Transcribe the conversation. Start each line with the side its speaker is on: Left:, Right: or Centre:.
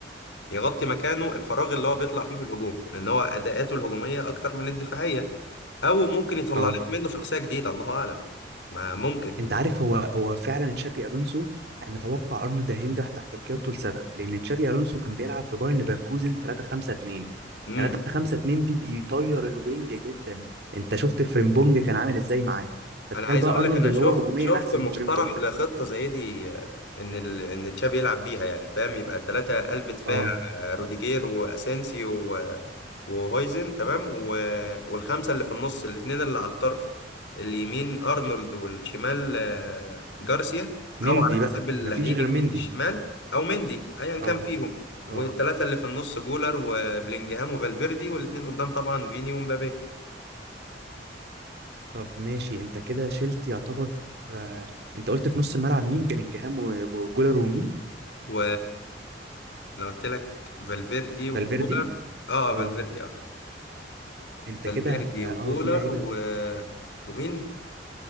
Left: يغطي مكانه الفراغ اللي هو بيطلع فيه في الهجوم لان هو اداءاته الهجوميه اكتر من الدفاعيه او ممكن يطلع
Right: اه
Left: لنا منه شخصيه جديده الله اعلم ما ممكن
Right: انت عارف هو هو فعلا تشابي الونسو انا اتوقع ارنولد هينجح تحت قيادته لسبب لان تشابي الونسو كان بيلعب في بايرن ليفركوزن 3 5 2
Left: إمم.
Right: 3 5 2 دي بيطير الوينج جدا انت شفت فريمبونج كان عامل ازاي معاه فتخيل
Left: انا عايز
Right: بقى
Left: اقول
Right: ارنولد
Left: لك انا
Right: اللي
Left: شفت
Right: هو هجوميا
Left: شفت
Right: احسن
Left: مقترح
Right: من فريمبونج
Left: لخطه زي دي آه، ان ال... ان تشابي يلعب بيها يعني فاهم يبقى ثلاثه قلب دفاع
Right: اه
Left: آه، روديجير واسينسيو و... وهويزن تمام و... والخمسه اللي في النص الاثنين اللي على الطرف اليمين ارنولد والشمال آه، جارسيا
Right: مندي
Left: او على
Right: بقى
Left: حسب اللي
Right: مفيش
Left: هيجي
Right: غير
Left: مين
Right: مندي
Left: الشمال او مندي ايا كان
Right: اه
Left: فيهم
Right: اه
Left: والثلاثه اللي في النص جولر وبلينجهام وفالفيردي والاثنين قدام طبعا فيني ومبابي
Right: طب ماشي انت كده شلت يعتبر آه، انت قلت في نص الملعب مين بيلينجهام و- وجولر ومين
Left: و انا قلت لك فالفيردي وجولر
Right: فالفيردي
Left: اه
Right: اه
Left: فالفيردي اه
Right: انت
Left: فالفيردي
Right: كده هت اه
Left: وجولر
Right: في لعيبه
Left: و... ومين